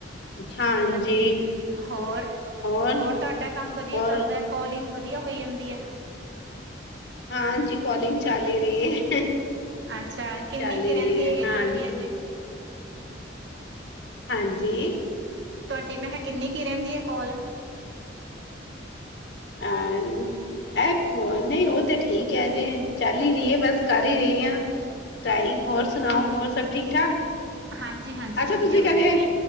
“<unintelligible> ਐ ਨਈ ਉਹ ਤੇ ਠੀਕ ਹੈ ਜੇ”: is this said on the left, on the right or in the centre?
Left